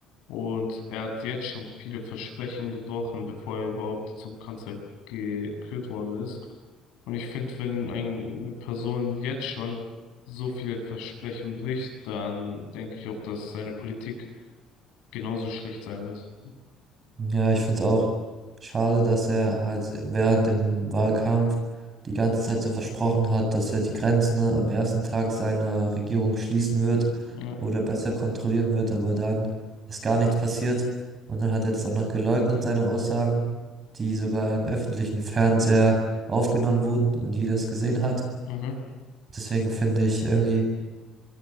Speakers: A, on the left; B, on the right.
A: Und er hat jetzt schon viele Versprechen gebrochen, bevor er überhaupt zum Kanzler gekürt worden ist. Und ich finde, wenn eine Person jetzt schon so viele Versprechen bricht, dann denke ich auch, dass seine Politik genauso schlecht sein wird.
B: Ja, ich finde es auch schade, dass er halt während dem Wahlkampf die ganze Zeit so versprochen hat, dass er die Grenzen ne, am ersten Tag seiner Regierung schließen wird
A: Ja,
B: oder besser kontrollieren wird, aber dann ist gar nichts passiert. Und dann hat er das auch noch geleugnet, seine Aussagen, die sogar im öffentlichen Fernseher aufgenommen wurden und jeder es gesehen hat.
A: mhm,
B: Deswegen finde ich irgendwie,